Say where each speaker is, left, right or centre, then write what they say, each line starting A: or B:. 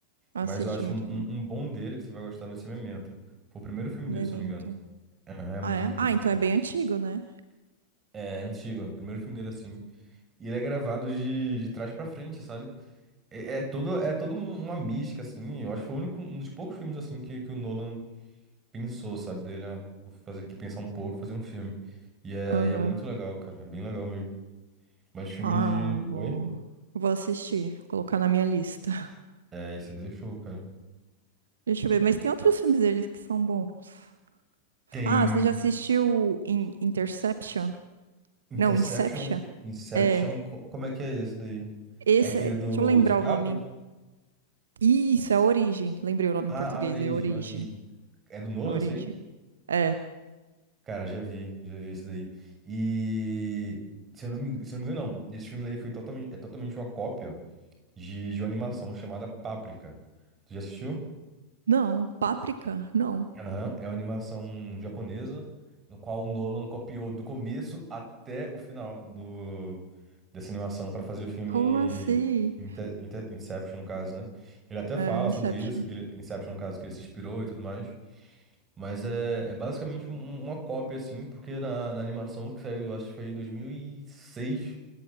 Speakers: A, on the right (about 65°); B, on the right (about 25°).
A: Assiste,
B: Mas eu acho
A: é muito
B: um, um-
A: bom.
B: um bom dele que você vai gostar vai ser Memento. Foi o primeiro filme
A: Memento.
B: dele, se eu não me engano. Aham, É muito,
A: Ah, é? Ah,
B: muito
A: então
B: bom.
A: é bem antigo, né?
B: É, é antigo, é o primeiro filme dele assim. E ele é gravado de, de trás pra frente, sabe? É, é todo, é todo um- uma mística, assim. Eu acho que foi o único, um dos poucos filmes assim que, que o Nolan pensou, sabe? Dele, ah, vou fazer aqui pensar um pouco, e fazer um filme. E é,
A: Aham.
B: e é muito legal, cara. É bem legal mesmo. Mas filme
A: Ah,
B: de.
A: vou.
B: Oi?
A: Vou assistir, colocar na minha lista. <laughs>
B: É, esse daí é show, cara.
A: Deixa eu ver, mas tem outros filmes deles que são bons.
B: Tem.
A: Ah, você já assistiu In Interception?
B: Interception,
A: Não, Inception?
B: Inception,
A: É.
B: co- como é que é esse daí?
A: Esse
B: É aquele
A: é. Deixa
B: do
A: eu lembrar
B: DiCaprio?
A: o nome. em- Isso, é a Origem. Lembrei o nome
B: Ah,
A: em português,
B: a Origem,
A: é Origem.
B: a Origem. É do Nolan,
A: A Origem.
B: isso aí?
A: É.
B: Cara, já vi, já vi isso daí. E se eu não me, se eu não me engano, não. Esse filme daí foi totalmente, é totalmente uma cópia de, de uma animação chamada Páprica. Tu já assistiu?
A: Não, Páprica? Não.
B: Aham, É uma animação japonesa, no qual o Nolan copiou do começo até o final do, dessa animação para fazer o filme
A: Como assim?
B: Inte- Inte- Inception, no caso, né? Ele até fala
A: É, Inception.
B: sobre isso, que ele, Inception, no caso, que ele se inspirou e tudo mais. Mas é, é basicamente um- um, uma cópia, assim, porque na, na animação que saiu, eu acho que foi em 2006,